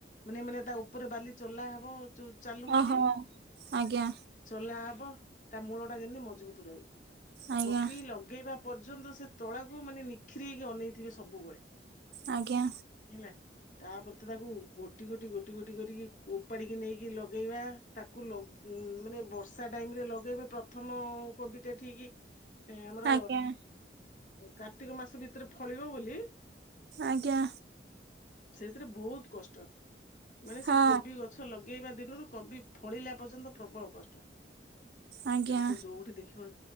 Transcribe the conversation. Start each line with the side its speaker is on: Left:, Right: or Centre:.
Left: ମାନେ ମାନେ ତା ଓପୋରେ ବାଲି ଚଲା ହବ। ଯୋଉ ଚାଲୁଣିିରେ
Right: ଓହୋ ଆଜ୍ଞା
Left: ଚଲାହବ ତା ମୂଳ ଟା ଯେନ୍ତି ମଜବୁତ୍ ରହିବ।
Right: ଆଜ୍ଞା
Left: କୋବି ଲଗେଇବା ପର୍ଯ୍ୟନ୍ତ ସେ ତଳାକୁ ମାନେ ନିଖିରେଇକି ଅନେଇଥିବେ ସବୁବେଳେ।
Right: ଆଜ୍ଞା।
Left: ହେଲା ତାପରେ ତ ତାକୁ ଗୋଟି ଗୋଟି ଗୋଟି ଗୋଟି କରିକି ଓପାଡିକି ନେଇକି ଲଗେଇବା, ତାକୁ ଲଗେ ଉମ୍ ମାନେ ବର୍ଷା ଟାଇମରେ ଲଗେଇବେ ପ୍ରଥମ କୋବିଟା ଠିକି ଏଁ ଆମର,
Right: ଆଜ୍ଞା
Left: କାର୍ତ୍ତିକ ମାସ ଭିତରେ ଫଳିବ ବୋଲି
Right: ଆଜ୍ଞା।
Left: ସେଇଥିରେ ବହୁତ କଷ୍ଟ। ମାନେ
Right: ହଁ
Left: ସେ କୋବି ଗଛ ଲଗେଇବା ଦିନରୁ କୋବି ଫଳିଲା ପର୍ଯ୍ୟନ୍ତ ପ୍ରବଳ କଷ୍ଟ।
Right: ଆଜ୍ଞା
Left: ଗାଁରେ ତ ଯୋଉଠି ଦେଖିବ